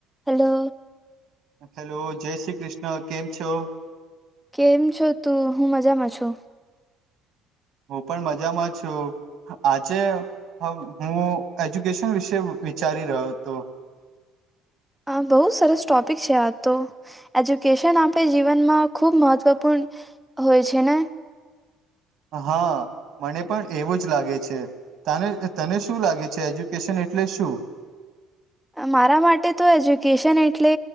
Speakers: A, in the centre; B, on the right.
A: હલો
B: હેલો જય શ્રી કૃષ્ણ કેમ છો?
A: કેમ છો તું? હું મજામાં છું.
B: હું પણ મજામાં છું. આજે હ હું એજ્યુકેશન વિશે વિચારી રહ્યો હતો. <unintelligible>
A: આ બહુ સરસ ટોપિક છે આ તો એજ્યુકેશન આપણે જીવનમાં ખુબ મહત્વપૂર્ણ હોય છે ને
B: હા મને પણ એવું જ લાગે છે. તને તને શું લાગે છે એજ્યુકેશન એટલે શું?
A: મારા માટે તો એજ્યુકેશન એટલે